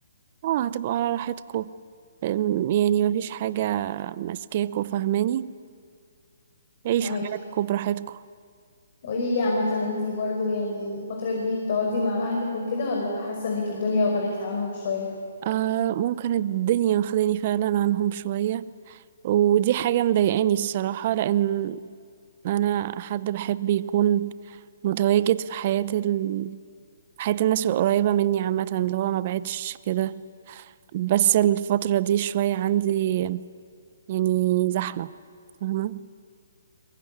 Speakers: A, on the right (about 40°); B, on the left (about 55°).
A: اه هتبقوا على راحتكوا ام، يعني مفيش حاجة ماسكاكوا فاهماني عيشوا
B: فاهماكي
A: حياتكوا براحتكوا
B: قولي لي عامة انتي برضو يعني الفترة دي بتقعدي مع أهلك وكده ولا حاسة انك الدنيا واخداكي عنهم شوية
A: آه ممكن الدنيا واخداني فعلا عنهم شوية ودي حاجة مضايقاني الصراحة لأن أنا حد بحب يكون متواجد في حياة ال... حياة الناس القريبة مني عامة اللي هو ما بعدش كده بس الفترة دي شوية عندي يعني زحمة فاهمة